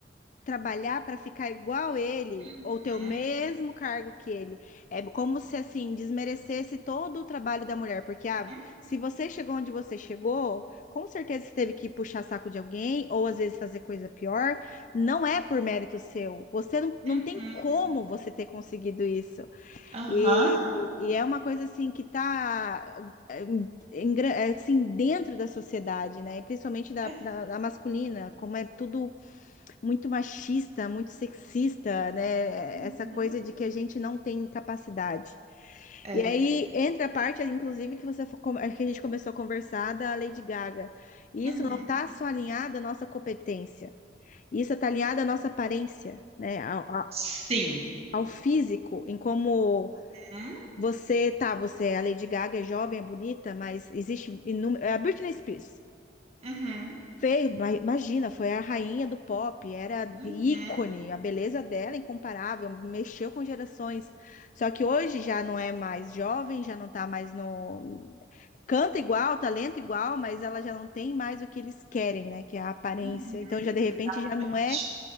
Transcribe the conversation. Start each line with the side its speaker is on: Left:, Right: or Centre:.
Left: trabalhar para ficar igual ele
Right: Uhum,
Left: ou ter o mesmo cargo que ele. É como se assim desmerecesse todo o trabalho da mulher, porque ah,
Right: uhum,
Left: se você chegou onde você chegou, com certeza você teve que puxar saco de alguém ou às vezes fazer coisa pior, não é por mérito seu. Você não, não
Right: uhum.
Left: tem como você ter conseguido isso.
Right: Aham.
Left: E, e é uma coisa assim que tá é, engra- é, assim dentro da sociedade, né? E principalmente da,
Right: É.
Left: da da masculina, como é tudo muito machista, muito sexista, né?
Right: Uhum.
Left: Essa coisa de que a gente não tem capacidade.
Right: É.
Left: E aí entra a parte, inclusive, que você que a gente começou a conversar da Lady Gaga. E
Right: Uhum.
Left: isso não está só alinhado à nossa competência. Isso está alinhado à nossa aparência, né? Ao, a-
Right: Sim.
Left: ao físico, em como
Right: Uhum,
Left: você tá, você, é a Lady Gaga é jovem, é bonita, mas existe inúmero. É a Britney Spears.
Right: uhum,
Left: Fez, ma- imagina, foi a rainha do pop, era
Right: uhum,
Left: ícone, a beleza dela é incomparável, mexeu com gerações. Só que hoje já não é mais jovem, já não tá mais no. Canta igual, talento igual, mas ela já não tem mais o que eles querem, né? Que é a aparência.
Right: uhum.
Left: Então já de repente
Right: Exatamente.
Left: já não é,